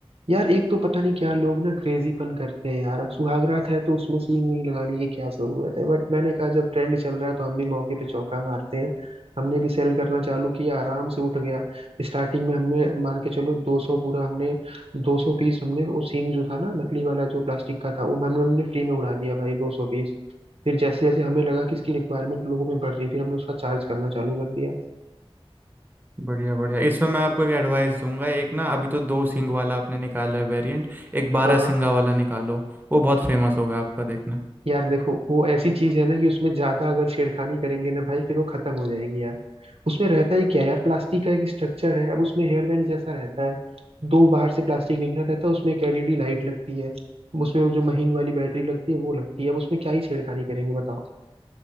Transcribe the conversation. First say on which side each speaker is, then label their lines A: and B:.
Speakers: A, on the right; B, on the right.
A: यार एक तो पता नहीं क्या लोग ना क्रेजीपन करते हैं यार अब सुहागरात है तो उसमें सींग वींग लगाने की क्या जरूरत है बट मैंने कहा जब ट्रेंड चल रहा है तो हम भी मौके पे चौका मारते हैं हमने भी सेल करना चालू किया आराम से उठ गया स्टार्टिंग में हमने मान के चलो 200 पूरा हमने 200 पीस हमने वो सींग जो था ना नकली वाला जो प्लास्टिक का था वो हमने हमने फ्री में उड़ा दिया भाई 200 पीस फिर जैसे जैसे हमें लगा कि इसकी रिक्वायरमेंट लोगों में बढ़ रही फिर हमने उसका चार्ज करना चालू कर दिया
B: बढ़िया बढ़िया इसमें मैं आपको एक एडवाइस दूंगा एक ना अभी तो दो सिंग वाला आपने निकाला है वेरिएंट एक बारह
A: हाँ हाँ
B: सिंगा वाला निकालो वो बहुत फेमस होगा आपका देखना
A: यार देखो वो ऐसी चीज है ना कि उसमें ज्यादा अगर छेड़खानी करेंगे ना भाई फिर वो खत्म हो जाएगी यार उसमें रहता ही क्या यार प्लास्टिक का एक स्ट्रक्चर है अब उसमें हेयर बैंड जैसा रहता है दो बाहर से प्लास्टिक निकला रहता है उसमें एक एलईडी लाइट लगती है उसमें वो जो महीन वाली बैटरी लगती है वो लगती है अब उसमें क्या ही छेड़खानी करेंगे बताओ